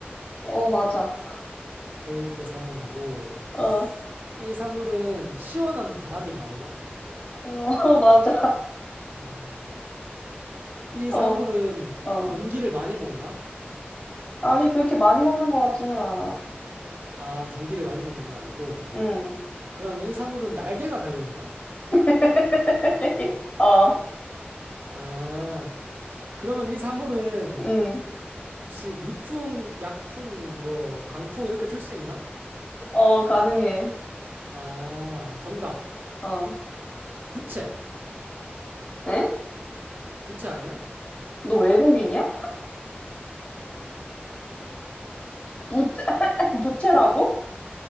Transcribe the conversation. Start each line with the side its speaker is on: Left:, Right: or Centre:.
Left: 어, 맞아. <laughs>
Right: 더울 때 사용하고,
Left: 어,
Right: 이 사물은 시원한 바람이 나오나?
Left: 어, <laughs> 맞아.
Right: 어, 이
Left: 어,
Right: 사물은
Left: 어.
Right: 전기를 많이 먹나?
Left: 아니, 그렇게 많이 먹는 것 같지는 않아.
Right: 아, 전기를 많이 먹는 건 아니고,
Left: 응.
Right: 그러면 이 사물은 날개가 달려있나?
Left: <laughs> 어,
Right: 아, 그러면 이 사물은
Left: 응.
Right: 혹시 미풍, 약풍, 뭐, 강풍 이렇게 틀 수 있나?
Left: 어, 가능해.
Right: 아, 정답.
Left: 어.
Right: 부채.
Left: 에?
Right: 부채 아니야?
Left: 너 외국인이야? 부채, <laughs> 부채라고?